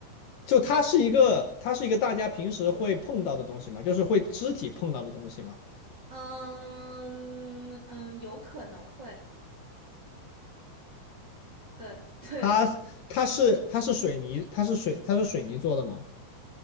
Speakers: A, on the left; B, on the right.
A: 就它是一个，它是一个大家平时会碰到的东西嘛，就是会肢体碰到的东西嘛。
B: 嗯嗯，有可能会，对对，
A: 它它是它是水泥，它是水它是水泥做的吗？